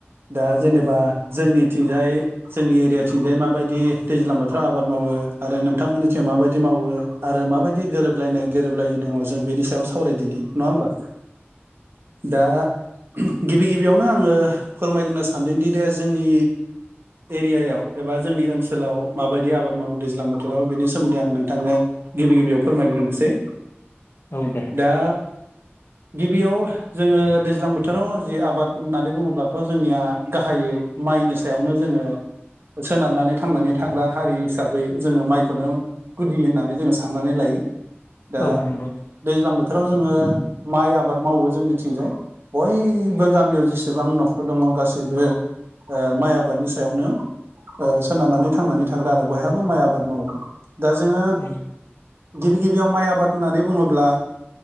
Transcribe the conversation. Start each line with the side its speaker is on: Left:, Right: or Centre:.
Right: दा जेनेबा जोंनिथिंजाय जोंनि एरियाथिंजाय माबायदि दैज्लां बोथोराव आबाद मावो आरो नोंथांमोननिसिम माबायदि मावो आरो माबायदि गोरोब गोबलायनाय गोरोबलायै दङ जों बेनि सायाव सावरायदिनि नङा होमबा दा गिबि गिबियावनो आङो फोरमायग्रोनो सानदोंदि द जोंनि एरियायाव एबा जोंनि ओनसोलाव माबायदि आबाद मावो दैज्लां बोथोराव बेनि सोमोन्दै आं नोंथांनो गिबि गिबियाव फोरमायग्रोनोसै
Left: औ दे
Right: दा गिबियाव जोङो दैज्लां बोथोराव जि आबाद होननानै बुङोब्लाथ' जोंनिया गाहायै माइनि सायावनो जोङो सोनारनानै थांनानै थाग्रा हारि हिसाबै जोङो माइखौनो गुदि होननानै जोङो साननानै लायो दा
Left: औ नंगौ
Right: दैज्लां बोथो बोथोराव जोङो माइ आबाद मावो जोंनिथिंजाय बयबो गामियाव जेसेबां न'खर दङ गासैबो ओ माइ आबादनि सायावनो ओ सोनारनानै थांनानै थाग्रा आरो बयहाबो माइ आबाद मावो दा जोङो
Left: औ
Right: गिबि गिबियाव माइ आबाद होननानै बुङोब्ला